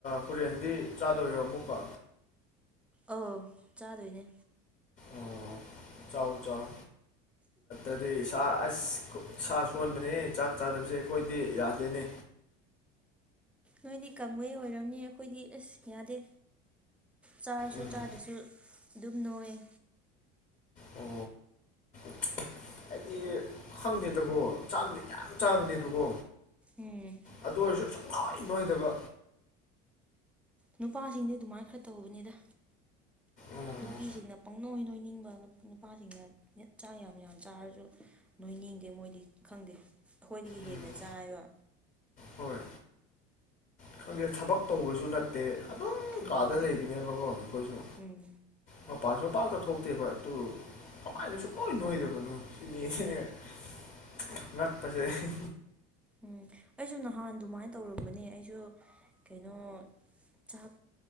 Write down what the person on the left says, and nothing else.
ꯍꯨꯔꯦꯟꯗꯤ ꯆꯥꯗꯣꯏꯔꯣ ꯑꯃꯨꯛꯀ
ꯑꯣ ꯆꯥꯎ ꯆꯥꯎ ꯑꯗꯤ ꯏꯁꯥ ꯑꯁ ꯀꯣ ꯏꯁꯥ ꯁꯣꯟꯕꯅꯦꯍꯦ ꯆꯥꯛ ꯆꯥꯗꯕꯁꯦ ꯑꯩꯈꯣꯏꯗꯤ ꯌꯥꯗꯦꯅꯦ
ꯎꯝ
ꯑꯣ <unintelligible> ꯑꯩꯗꯤ ꯈꯪꯗꯦꯗꯀꯣ ꯆꯥꯛꯗꯤ ꯌꯥꯝ ꯆꯥꯕꯅꯦꯕꯀꯣ
ꯑꯗꯨ ꯑꯣꯏꯔꯁꯨ ꯁꯨꯡꯅꯣꯏ ꯅꯣꯏꯗꯕ
ꯎꯝ
ꯎꯝ
ꯍꯣꯏ ꯈꯪꯗꯦ ꯊꯕꯛ ꯇꯧꯕꯁꯨ ꯅꯠ ꯇꯦ ꯑꯗꯨꯝ
ꯀꯥꯗ ꯂꯩꯕꯅꯦꯕꯀꯣ ꯑꯩꯈꯣꯏꯁꯨ
ꯃꯄꯥꯥꯟꯁꯨ ꯄꯥꯛꯅ ꯊꯣꯛꯇꯦꯕ ꯑꯗꯨ ꯀꯃꯥꯏꯅ ꯁꯨꯡꯅꯣꯏ ꯅꯣꯏꯗꯕꯅꯣ <unintelligible> <unintelligible> ꯉꯥꯛꯄꯁꯦ <unintelligible>